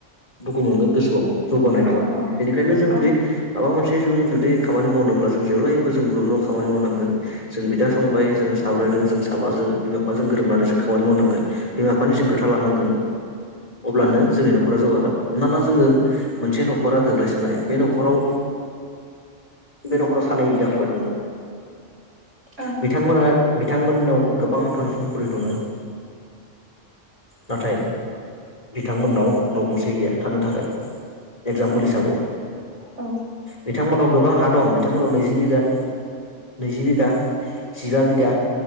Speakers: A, on the left; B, on the right.
A: दुखु मोनगोन गोसोआव जौगानाय नङा,
B: औ औ
A: बेनिखायनो जों जुदि
B: औ
A: माबा मोनसे जों जुदि खामानि मावनोब्ला जों जेबब्ला्लाय जों ज' ज' खामानि मावनांगोन जों बिदा संबाय जोङो साव्ररायजों जों साबाजों बिमा बिफाजों गोरोबनानै जों खामानि मावनांगोन बिमा बिफानि जों खोथा लानांगोन अब्लानो
B: ओं
A: जोंनि न'खरा जौगागोन । हमना ला जोङो मोनसे न'खरा गोग्लैसोनाय बे न'खराव बे न'खराव सानै बिदा फंबाय दङ
B: ओं
A: बिथांमोना बिथांमोननाव गोबां धन समपतो दङ नाथाय बिथांमोननाव न' गंसे गैया थानो थाखाय। एगजामपोल
B: औ
A: हिसाबै
B: औ औ
A: बिथांमोनाव गोबां हा दं बिथांमोनाव नैजि बिगा नैजि बिगा जिबा बिघा